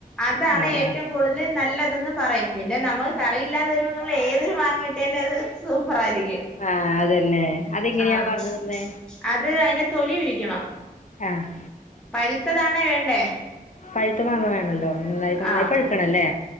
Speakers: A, in the centre; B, on the left.
A: അതാണ്
B: ആഹ്
A: ഏറ്റവും
B: ആഹ്
A: കൂടുതൽ നല്ലതെന്ന് പറയും പിന്നെ നമ്മൾ കറിയില്ലാതെ വരുമ്പോൾ നമ്മൾ ഏതൊരു മാങ്ങ ഇട്ടാലും അത് സൂപ്പർ ആയിരിക്കും
B: ആഹ് അതന്നെ അതെങ്ങനെയാ
A: ആഹ്
B: പറഞ്ഞു തന്നേ
A: അത് അതിന്റെ തൊലി ഉരിക്കണം
B: ആഹ്
A: പഴുത്തതാണേ വേണ്ടേ
B: പഴുത്ത് മാങ്ങ വേണല്ലോ നന്നായി നന്നായി
A: ആഹ്
B: പഴുക്കണല്ലേ